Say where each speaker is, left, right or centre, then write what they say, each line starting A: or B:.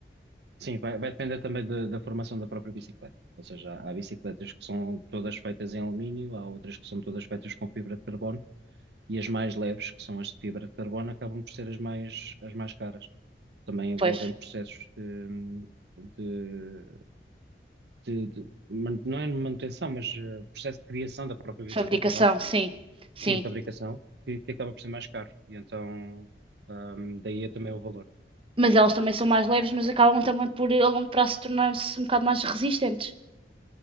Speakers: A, on the right; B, on the right.
A: Sim, vai, vai depender também da da formação da própria bicicleta. Ou seja, há, há bicicletas que são todas feitas em alumínio, há outras que são todas feitas com fibra de carbono, e as mais leves, que são as de fibra de carbono, acabam por ser as mais, as mais caras. também envolvem
B: Pois,
A: processos de, de, de- de man- não é manutenção, mas eh, processo de criação da própria bicicleta,
B: fabricação,
A: vá.
B: sim, sim.
A: Sim, fabricação, que, que acaba por ser mais caro. E então, ahm, daí é também o valor.
B: Mas elas também são mais leves, mas acabam também por a longo prazo tornar-se um bocado mais resistentes,